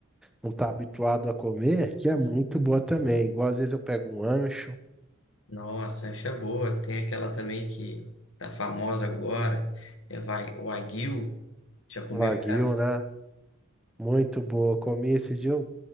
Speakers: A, in the centre; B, on the left.
A: não tá habituado a comer, que é muito boa também. Igual às vezes eu pego um ancho,
B: Nossa, essa é boa. Tem aquela também que tá famosa agora. É vai, o aguil. Já comeu
A: um wagyu,
B: essa?
A: né? Muito boa. Comi esse dia,